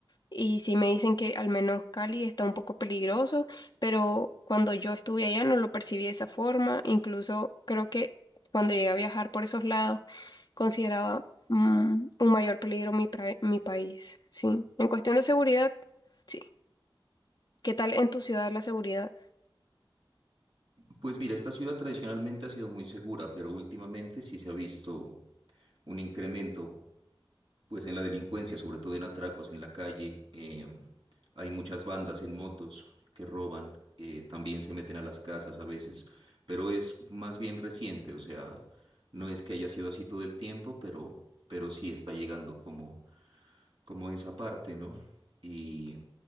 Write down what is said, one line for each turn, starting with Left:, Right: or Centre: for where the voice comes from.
Left: y sí me dicen que al menos Cali está un poco peligroso, pero cuando yo estuve allá no lo percibí de esa forma. Incluso creo que cuando llegué a viajar por esos lados consideraba mm, un mayor peligro mi, pra- mi país. Sí, en cuestión de seguridad, sí. ¿Qué tal en tu ciudad la seguridad?
Right: Pues mira, esta ciudad tradicionalmente ha sido muy segura, pero últimamente sí se ha visto un incremento, pues en la delincuencia, sobre todo en atracos en la calle. eh, hay muchas bandas en motos que roban, eh, también se meten a las casas a veces, pero es más bien reciente, o sea, no es que haya sido así todo el tiempo, pero, pero sí está llegando como, como esa parte, ¿no? Y,